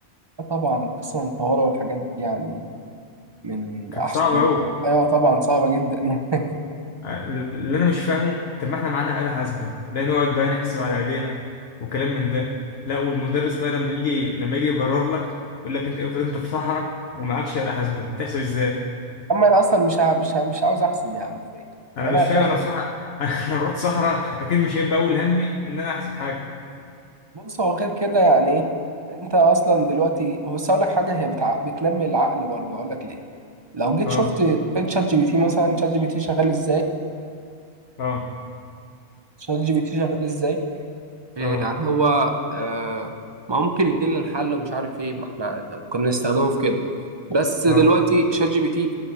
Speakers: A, on the right (about 25°); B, on the left (about 60°).
A: آه، طبعا القصه المطوله والحاجات دي يعني من
B: كانت
A: احسن
B: صعبة
A: من
B: أوي
A: <laughs> ايوه طبعا صعبه جدا <laughs>
B: آه، اللي أنا مش فاهمه طب ما احنا معانا آلة حاسبة لا نقعد بقى نحسب على إيدينا وكلام من ده لا والمدرس بقى لما يجي لما يجي يبرر لك يقول لك أنت افرض أنت في صحراء ومعكش آلة حاسبة هتحسب إزاي؟
A: اما انا اصلا مش ع- مش ع- مش عاوز احسب يا عم فايق
B: أنا
A: وانا
B: مش فاهم
A: فايق
B: أنا في صحراء <laughs> أنا لو رحت صحراء أكيد مش هيبقى أول همي إن أنا أحسب حاجة
A: بص هو غير كده يعني إيه؟ انت اصلا دلوقتي بس اقول لك حاجه هي بتع... بتنمي العقل برضه اقول لك ليه لو جيت
B: اه
A: شفت طريقة شات جي بي تي مثلا شات جي بي تي شغال ازاي
B: اه
A: شات جي بي تي شغال ازاي إيه
B: اه
A: يعني هو آه ما هو ممكن يدينا الحل ومش عارف ايه ما احنا كنا نستخدمه في كده بس
B: اه
A: دلوقتي شات جي بي تي